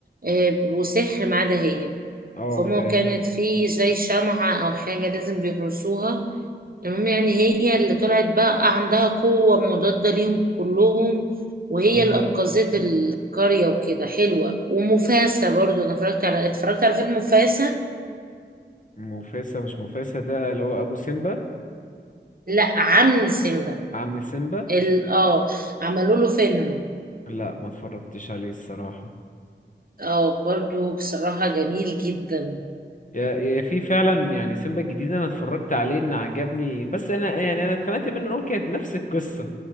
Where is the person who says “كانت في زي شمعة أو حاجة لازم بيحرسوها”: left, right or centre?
Right